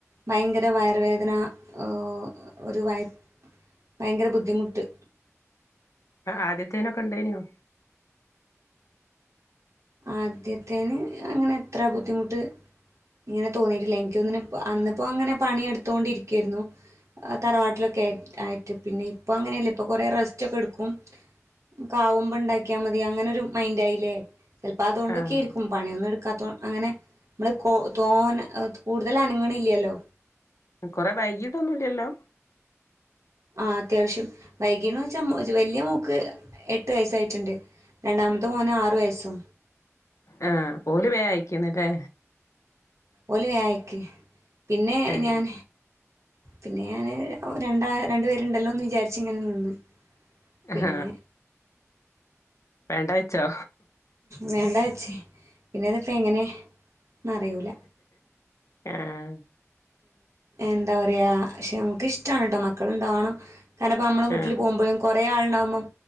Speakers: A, on the right; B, on the left.
A: ഭയങ്കര വയറുവേദന ഏ ഒരു വയ ഭയങ്കര ബുദ്ധിമുട്ട്
B: ആദ്യത്തേനൊക്കെ ഇണ്ടനോ
A: ആദ്യത്തേന് അങ്ങനെ എത്ര ബുദ്ധിമുട്ട് ഇങ്ങനെ തോന്നിട്ടില്ല എനിക്കൊന്നിന അന്നിപ്പോ അങ്ങനെ പണി എടുത്തോണ്ടി ഇരിക്കുവായിരുന്നു തറവാട്ടിലൊക്കെയി ആയിട്ട് പിന്നെ ഇപ്പ അങ്ങനെയല്ലേ ഇപ്പൊ കൊറെ റെസ്റ്റ് ഒക്കെ എടുക്കും കാവുമ്പോ ഉണ്ടാക്കിയാൽ മതി അങ്ങനെ ഒരു മൈൻഡ് ആയില്ലേ ചിലപ്പോ അതുകൊക്കയിരിക്കും
B: ആഹ്
A: പണിയൊന്ന എടു അങ്ങനെ നമ്മള് കോ തോൻ കൂടുതൽ അനങ്ങണ ഇല്ലല്ലോ
B: കൊറെ വൈകീട്ടൊ ഒന്നുംല്ലല്ലോ
A: ആ അത്യാവശ്യം വൈകീണ വെച്ചാ വല്ിയ മൂക്ക് എട്ട് വയസ്സായിട്ടുണ്ട് രണ്ടാമത്തെ മോന് ആറു വയസ്സോ
B: ആഹ പോല വേ അയിക്കുന്നല്ലേ
A: ഒലവ ആയിക്ക് പിന്നെ
B: ഏഹ്
A: ഞാൻ പിന്നെ ഞാന് രണ്ടാ രണ്ടു പേരുണ്ടല്ലോന്ന് വിചാരിച്ച ഇങ്ങനെ നിന്ന്
B: ആഹ
A: പിന്നെ
B: പേണ്ടാഴച്ചോ
A: വേണ്ട ച്ച് പിന്നെതിപ്പോ എങ്ങനെ അറിയൂല
B: ആഹ
A: എന്താ പറയാ പക്ഷെ നമുക്ക് ഇഷ്ട ഇഷ്ട കേട്ടോ മക്കളുണ്ടാവണം കാരണംപ്പോ നമ്മള വീട്ടിൽ
B: ആഹ്
A: പോകുമ്പോഴും കു കുറെ യാളുണ്ടാവുമ്പം